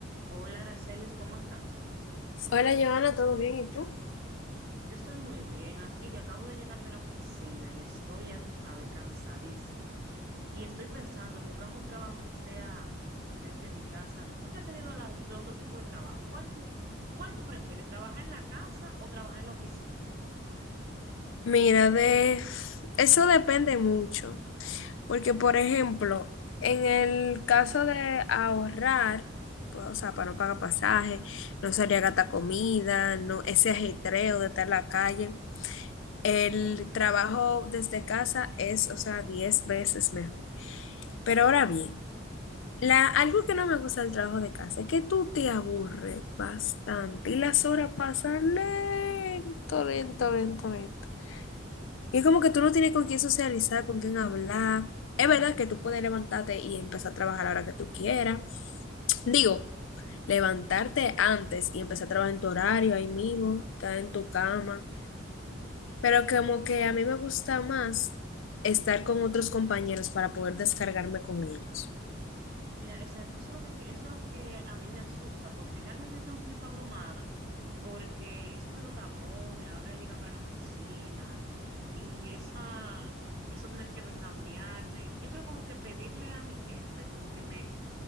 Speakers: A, on the right; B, on the left.
A: Hola, Aracelis, ¿cómo estás?
B: Hola, Joana, ¿todo bien? ¿Y tú?
A: Yo estoy muy bien aquí, que acabo de llegar de la oficina y estoy, ya tú sabes, cansadísima. Y estoy pensando en buscarme un trabajo que sea desde mi casa. Tú que has tenido la- los dos tipos de trabajo, ¿cuál tú, cuál tú prefieres, trabajar en la casa o trabajar en la oficina?
B: Mira, de eso depende mucho, porque por ejemplo, en el caso de ahorrar, pues, o sea, para no pagar pasaje, no salir a gastar comida, no ese ajetreo de estar en la calle, el trabajo desde casa es, o sea, 10 veces mejor. Pero ahora bien, la, algo que no me gusta del trabajo de casa es que tú te aburres bastante y las horas pasan lento, lento, lento, lento. Y es como que tú no tienes con quién socializar, con quién hablar. Es verdad que tú puedes levantarte y empezar a trabajar a la hora que tú quieras. Digo, levantarte antes y empezar a trabajar en tu horario ahí mismo, estar en tu cama. Pero como que a mí me gusta más estar con otros compañeros para poder descargarme con ellos.
A: Mira, exacto, eso es lo que, eso es lo que a mí me asusta, porque realmente yo estoy un poquito abrumada, porque eso de los tapones a la hora de llegar para la oficina y esa, eso tener que cambiarme, yo creo como que pedirle a mi jefe, como que me,